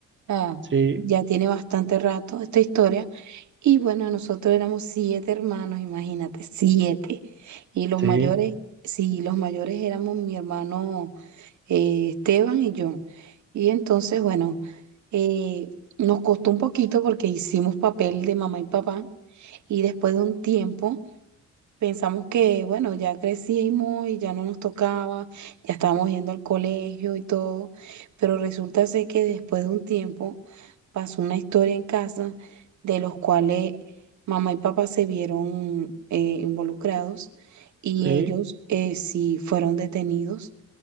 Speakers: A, on the right (about 70°); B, on the right (about 40°).
A: Ah,
B: Sí,
A: ya tiene bastante rato esta historia. Y bueno, nosotros éramos siete hermanos, imagínate, siete. Y los
B: sí,
A: mayores, sí, los mayores éramos mi hermano eh, Esteban y yo. Y entonces, bueno, eh, nos costó un poquito porque hicimos papel de mamá y papá. Y después de un tiempo... Pensamos que, bueno, ya crecimos y ya no nos tocaba, ya estábamos yendo al colegio y todo, pero resulta ser que después de un tiempo pasó una historia en casa de los cuales mamá y papá se vieron eh, involucrados y
B: sí.
A: ellos eh, sí fueron detenidos